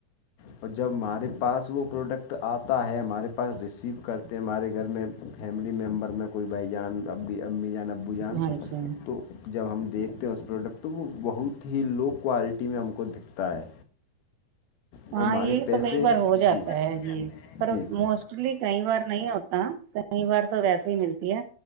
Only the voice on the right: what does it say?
ہاں جی
ہاں
یہ
تو کئی بار ہو جاتا
ہے یہ پر
موسٹ ایکچولی کئی بار نہیں ہوتا کئی بار تو ویسے ہی ملتی ہے